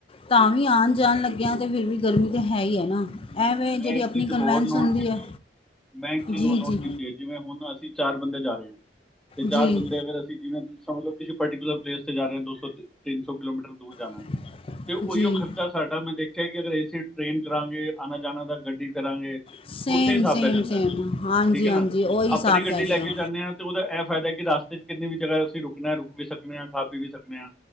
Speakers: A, on the left (about 30°); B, in the centre.
A: ਤਾਂ ਵੀ ਆਉਣ ਜਾਣ ਲੱਗਿਆ ਅਤੇ ਫਿਰ ਵੀ ਗਰਮੀ ਤਾਂ ਹੈ ਹੀ ਹੈ ਨਾ ਐਂਵੇਂ
B: ਮੈਂ
A: ਜਿਹੜੀ
B: ਇੱਕ
A: ਆਪਣੀ
B: ਚੀਜ਼
A: ਕਨਵੈਂਸ
B: ਹੋਰ
A: ਹੁੰਦੀ
B: ਨੋਟ ਕੀਤੀ
A: ਹੈ।
B: ਮੈਂ ਇੱਕ ਚੀਜ਼
A: ਜੀ
B: ਹੋਰ ਨੋਟ
A: ਜੀ
B: ਕੀਤੀ ਹੈ ਜਿਵੇਂ ਹੁਣ ਅਸੀਂ ਚਾਰ ਬੰਦੇ ਜਾ ਰਹੇ ਹਾਂ ਤੇ ਚਾਰ
A: ਜੀ
B: ਬੰਦੇ ਅਗਰ ਅਸੀਂ ਜਿਵੇਂ ਸਮਜ ਲੌ ਕਿਸੇ ਪਰਟੀਕੁਲਰ ਪਲੇਸ ਤੇ ਜਾ ਰਹੇ ਹ ਦੋ ਸੌ ਤਿੰਨ ਸੌ ਕਿਲੋਮੀਟਰ ਦੂਰ ਜਾ
A: <inaudible>
B: ਤੇ ਉਹੀਓ
A: ਜੀ
B: ਖਰਚਾ ਸਾਡਾ ਮੈਂ ਦੇਖਿਆ ਕਿ ਅਗਰ ਏਸੀ ਟ੍ਰਰੇਨ ਕਰਾਂਗੇ ਆਣਾ ਜਾਣਾ ਦਾ ਗੱਡੀ ਕਰਾਂਗੇ
A: ਸੇਮ
B: ਉੱਥੇ ਹੀ ਹਿਸਾਬ
A: ਸੇਮ
B: ਪੈ ਜਾਂਦਾ
A: ਸੇਮ
B: ਹੈ।
A: ਹਾਂਜੀ
B: ਠੀਕ ਹੈ
A: ਹਾਂਜੀ
B: ਨਾ
A: ਉਹੀ ਹਿਸਾਬ
B: ਆਪਣੀ ਗੱਡੀ
A: ਪੈ ਜਾਏਗਾ
B: ਲੈ ਕੇ ਜਾਂਦੇ ਹਾਂ ਤੇ ਉਹਦਾ ਇਹ ਫਾਇਦਾ ਕਿ ਕਿੰਨੀ ਵੀ ਜਗ੍ਹਾ ਤੁਸੀਂ ਰੁਕਣਾ ਰੁਕ ਵੀ ਸਕਦੇ ਹਾਂ ਖਾ-ਪੀ ਵੀ ਸਕਦੇ ਹਾਂ।